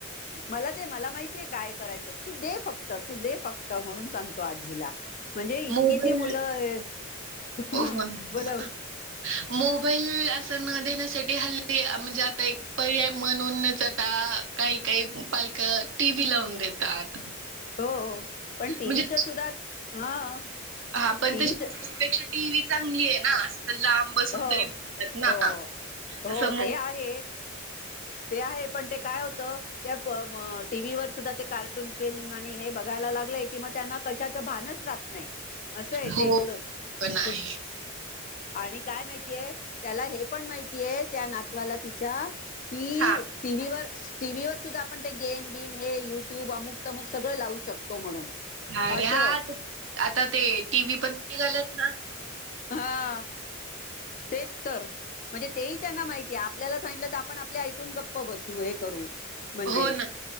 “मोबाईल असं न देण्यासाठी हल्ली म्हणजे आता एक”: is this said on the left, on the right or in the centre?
Right